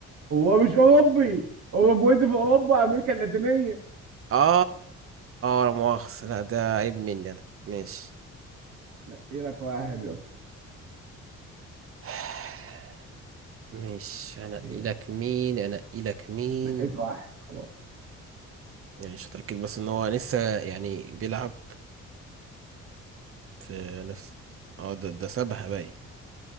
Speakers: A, on the right; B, on the right.
A: هو مش اوروبي اوروجواي دي في اوروبا امريكا اللاتينيه
B: اه اه لا مؤاخذة لا ده عيب مني انا ماشي
A: نقي لك واحد يا
B: <sighs> مش هنقي
A: إيه،
B: لك مين هنقي لك مين
A: نقيت واحد خلاص
B: يعني مش هتأكد بس ان هو لسه يعني بيلعب في نفس اه ده ده سابها باين